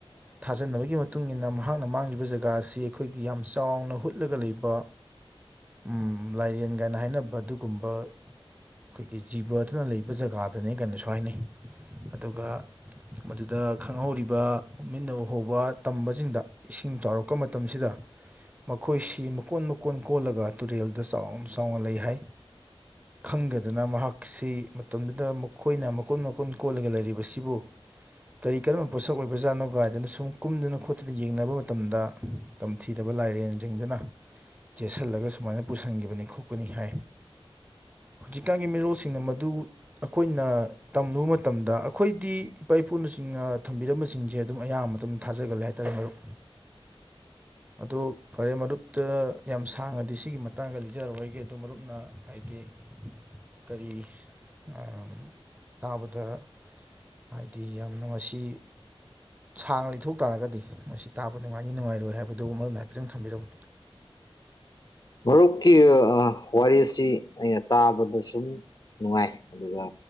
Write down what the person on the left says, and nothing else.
ꯃꯔꯨꯞꯀꯤ ꯋꯥꯔꯤꯁꯤ ꯑꯩꯅ ꯇꯥꯕꯗ ꯁꯨꯝ ꯅꯨꯡꯉꯥꯏ ꯑꯗꯨꯒ